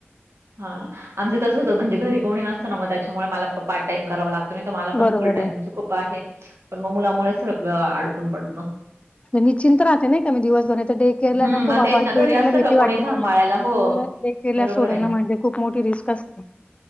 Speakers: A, on the right (about 75°); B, on the left (about 30°).
A: हा आमचं तसं होत म्हणजे घरी कोणी नसतं ना मग त्याच्यामुळे मला पार्ट टाइम करावा लागतों, नाही तर मला पण
B: बरोबर
A: फुल टाईमच
B: आहे.
A: कृपा आहे. पण मग मुलामुळे सगळं अडकून पडतं.
B: निश्चित राहते नाही कामी दिवसभर तर डे केयरला
A: हं,
B: नको
A: मग
B: बाबा
A: तेच ना घरी
B: ते केरायला
A: असलं
B: भीती
A: का कोणी
B: वाटते
A: सांभाळायला
B: मला.
A: हो.
B: मुलं टेकेअरला
A: बरोबर
B: सोडन
A: आहे ना.
B: म्हणजे खूप मोठी रिस्क असते.